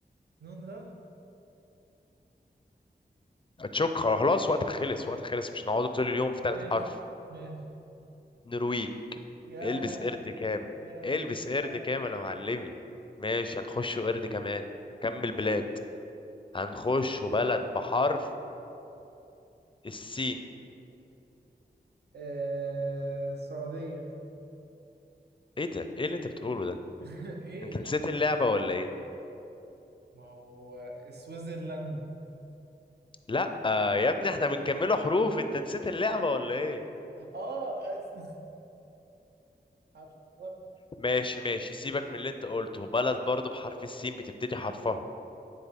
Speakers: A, on the right; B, on the left.
A: نون ره
B: هتشك خلاص وقتك خلص وقتك خلص مش نقعد طول اليوم في ثالث
A: ماشي
B: حرف
A: ماشي
B: نرويج
A: يا
B: البس قرد كامل
A: يا
B: البس قرد
A: آه.
B: كامل يا معلمي ماشي هنخش قرد كمان كمل بلاد هنخش بلد بحرف السين
A: آه، السعودية
B: ايه ده ايه اللي انت بتقوله ده
A: <laughs> ايه
B: انت نسيت اللعبة ولا ايه
A: ما هو سويسرلاند
B: لا يا ابني احنا بنكمله حروف انت نسيت اللعبة ولا ايه
A: اه <laughs> هتلخبط
B: ماشي ماشي سيبك من اللي انت قلته بلد برضو بحرف السين بتبتدي حرفها